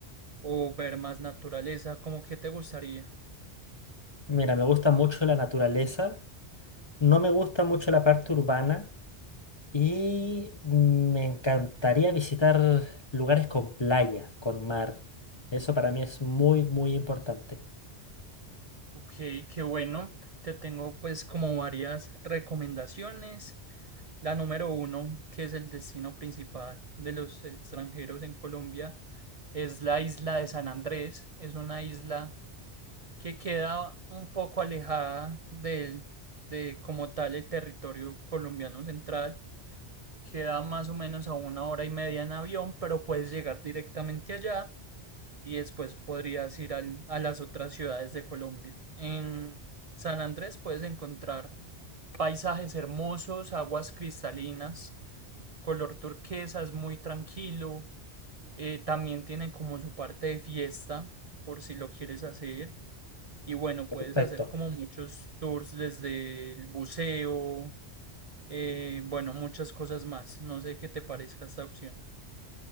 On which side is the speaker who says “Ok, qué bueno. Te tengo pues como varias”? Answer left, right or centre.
Right